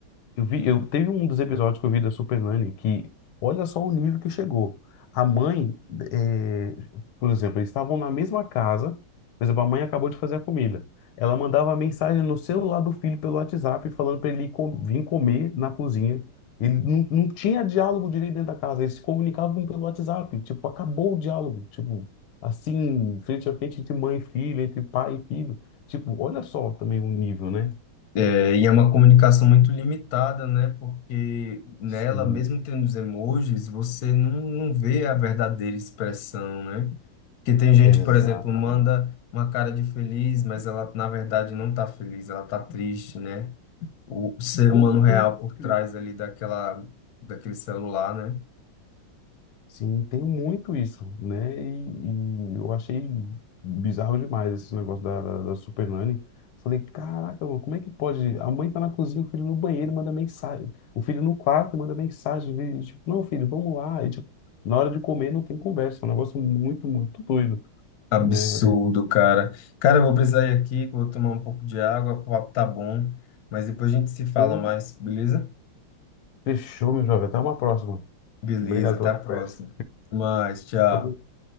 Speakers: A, on the left; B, on the left.
A: Eu vi, eu teve um dos episódios que eu vi da Supernanny que olha só o nível que chegou. A mãe, eh, por exemplo, eles estavam na mesma casa, por exemplo, a mãe acabou de fazer a comida. Ela mandava mensagem no celular do filho pelo WhatsApp falando para ele co- vir comer na cozinha. Ele não, não tinha diálogo direito dentro da casa, eles se comunicavam pelo WhatsApp, tipo, acabou o diálogo, tipo, assim, frente a frente entre mãe e filho, entre pai e filho. Tipo, olha só também o nível, né?
B: É, e é uma comunicação muito limitada, né? Porque nela,
A: Sim,
B: mesmo tendo os emojis, você não, não vê a verdadeira expressão, né? Que tem gente,
A: exato.
B: por exemplo, manda uma cara de feliz, mas ela na verdade não tá feliz, ela tá triste, né? O ser
A: Pô,
B: humano real
A: tem,
B: por
A: muito
B: trás
A: isso.
B: ali daquela, daquele celular, né?
A: sim, tem muito isso, né? E, e eu achei bizarro demais esse negócio da, da, da Super Nanny. Falei, caraca, mano, como é que pode? A mãe tá na cozinha, o filho no banheiro manda mensagem. O filho no quarto manda mensagem. vê, Tipo, não, filho, vamos lá. E, tipo, na hora de comer não tem conversa. É um negócio muito, muito doido,
B: Absurdo,
A: né?
B: cara. Cara, eu vou precisar ir aqui, que eu vou tomar um pouco de água, o papo tá bom, mas depois a gente se fala
A: Pô,
B: mais, beleza?
A: fechou, meu jovem. Até uma próxima.
B: Beleza,
A: Obrigado
B: até
A: pela
B: a
A: conversa.
B: próxima. Até mais, tchau.
A: Falou,